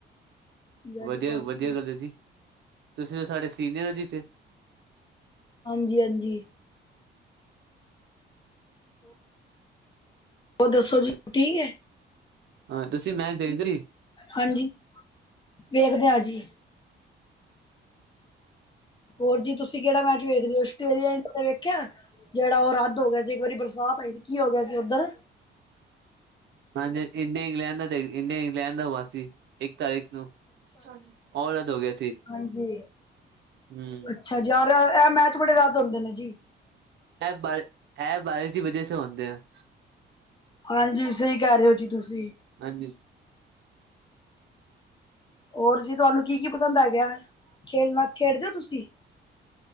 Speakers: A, on the left; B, on the right.
A: ਹਾਂਜੀ,
B: ਵਧੀਆ
A: ਹਾਂਜੀ,
B: ਵਧੀਆ ਗੱਲ ਹੈ ਜੀ ਤੁਸੀਂ ਤਾਂ ਸਾਡੇ ਸੀਨੀਅਰ ਹੋ ਜੀ ਫਿਰ।
A: ਹਾਂਜੀ-ਹਾਂਜੀ।
B: ਹਾਂਜੀ
A: ਹੋਰ ਦੱਸੋ
B: ਹਾਂਜੀ
A: ਜੀ ਠੀਕ ਹੈ?
B: ਹਾਂ ਤੁਸੀਂ ਮੈਚ ਦੇਖਦੇ ਜੀ
A: ਹਾਂਜੀ, ਵੇਖਦੇ ਹਾਂ ਜੀ। ਹੋਰ ਜੀ ਤੁਸੀਂ ਕਿਹੜਾ ਮੈਚ ਵੇਖਦੇ ਹੋ ਆਸਟ੍ਰੇਲੀਆ ਇੰਡੀਆ ਦਾ ਵੇਖਿਆ? ਜਿਹੜਾ ਉਹ ਰੱਦ ਹੋ ਗਿਆ ਸੀ ਇੱਕ ਵਾਰੀ ਬਰਸਾਤ ਆਈ ਸੀ ਕੀ ਹੋ ਗਿਆ ਸੀ ਉੱਧਰ।
B: ਹਾਂਜੀ ਇੰਡੀਆ ਇੰਗਲੈਂਡ ਦਾ ਇੰਡੀਆ ਇੰਗਲੈਂਡ ਦਾ ਹੋਵਾ ਸੀ ਇੱਕ ਤਾਰੀਖ ਨੂੰ। ਅੱਛਾ ਉਹ ਰੱਦ ਹੋ ਗਿਆ ਸੀ।
A: ਹਾਂਜੀ।
B: ਹਮ
A: ਅੱਛਾ ਜੀ ਯਾਰ ਇਹ ਮੈਚ ਬੜੇ ਰੱਦ ਹੁੰਦੇ ਨੇ ਜੀ।
B: ਇਹ ਬਾਰ ਇਹ ਬਾਰਿਸ਼ ਦੀ ਵਜ੍ਹਾ ਤੇ ਹੁੰਦੇ ਆ।
A: ਹਾਂਜੀ ਸਹੀ ਕਹਿ ਰਹੇ ਹੋ ਜੀ ਤੁਸੀਂ।
B: ਹਾਂਜੀ
A: ਹੋਰ ਜੀ ਤੁਹਾਨੂੰ ਕੀ-ਕੀ ਪਸੰਦ ਹੈਗਾ, ਖੇਲਨਾ ਖੇਡਦੇ ਹੋ ਤੁਸੀਂ?